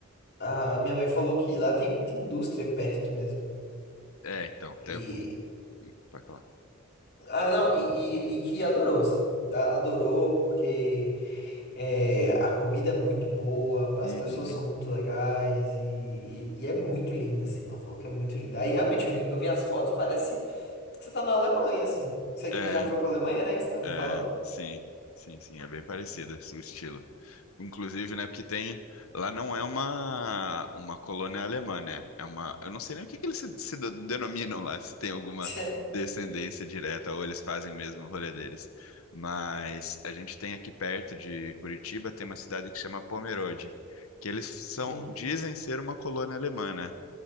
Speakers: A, on the left (about 50°); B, on the left (about 80°).
A: A minha mãe falou que lá tem muita indústria perto mesmo.
B: É, então,
A: E.
B: tem- pode falar.
A: Ah, não, e, e- e que adorou, assim. A- Adorou porque é, a comida é muito boa, as
B: Uhum.
A: pessoas são muito legais e, e- e é muito linda, assim. Ela falou que é muito linda. Aí realmente eu vi, eu vi as fotos, parece que você tá na Alemanha, assim. Você
B: É,
A: que já foi pra Alemanha, né? Que você tava me
B: É,
A: falando.
B: sim, sim, sim, é bem parecida o estilo. Inclusive, né, porque tem, lá não é uma uma colônia alemã, né? É uma, eu não sei nem o que que eles se, se de- denominam lá, se tem alguma
A: <laughs>
B: descendência direta ou eles fazem mesmo o rolê deles. Mas a gente tem aqui perto de Curitiba, tem uma cidade que chama Pomerode, que eles são,
A: Uhum.
B: dizem ser uma colônia alemã, né?